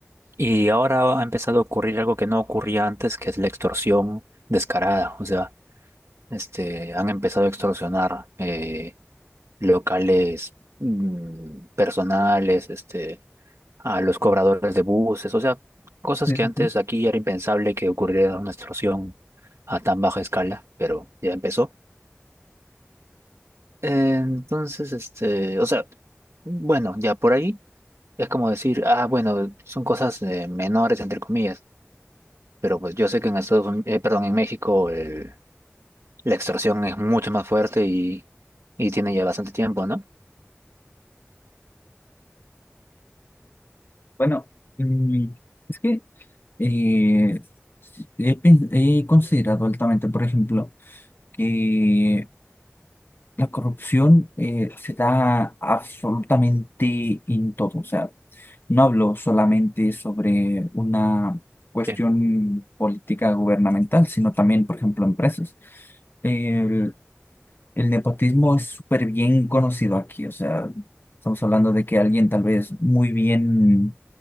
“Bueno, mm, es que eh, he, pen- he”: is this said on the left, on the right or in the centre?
Left